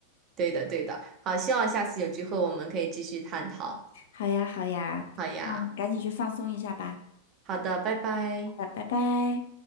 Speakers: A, on the right; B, on the left.
A: 对的，对的。好，希望下次有机会我们可以继续探讨。
B: 好呀，好呀，
A: 好呀，
B: 那你赶紧去放松一下吧。
A: 好的，拜拜。
B: 好的，拜拜。